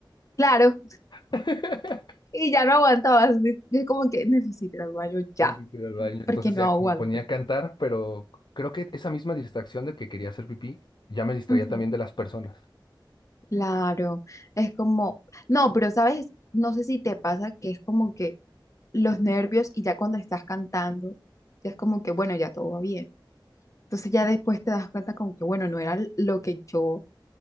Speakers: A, on the left; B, on the left.
A: Claro,
B: <laughs>
A: Y ya no aguantabas. Yo como que necesito ir al baño ya,
B: Sí, sí, que ir al baño. Entonces
A: porque no
B: ya
A: aguanto.
B: me ponía a cantar, pero creo que esa misma distracción de que quería hacer pipí ya me distraía
A: Ujú.
B: también de las personas.
A: Claro, es como, no, pero sabes, no sé si te pasa que es como que los nervios y ya cuando estás cantando, ya es como que, bueno, ya todo va bien. Entonces ya después te das cuenta como que, bueno, no era lo que yo